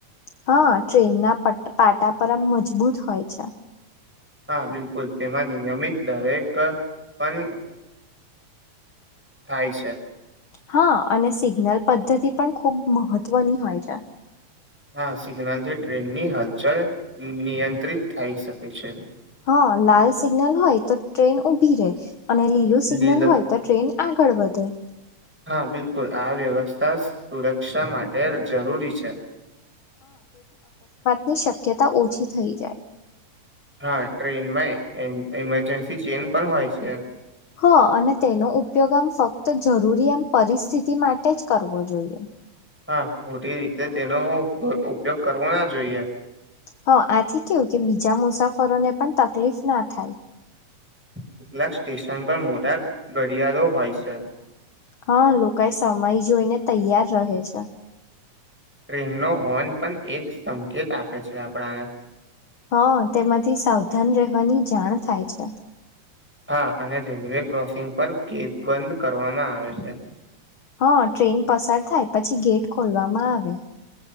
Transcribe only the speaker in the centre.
હાં બિલકુલ તેમાં નિયમિત દર એક પન થાય છે.
હાં સિગ્નલથી ટ્રેનની હાલચલ નિ નિયંત્રિત થાઇ શકે છે.
જી
હા બિલકુલ <unintelligible> સુરક્ષા માટે જરૂરી છે.
હા ટ્રેનમાં એ એન ઇમરજન્સી ચેઇન પણ હોય છે.
હાં ખોટી રીતે તેનો ઉપ ઉપયોગ કરવો ના જોઈએ.
કેટલાક સ્ટેશન પર મોટા ઘડિયાળો હોય છે.
ટ્રેનનો હોર્ન પન એક સંકેત આપે છે આપણાને.
હા અને રેલવે ક્રોસિંગ પર ગેટ બંધ કરવામાં આવે છે.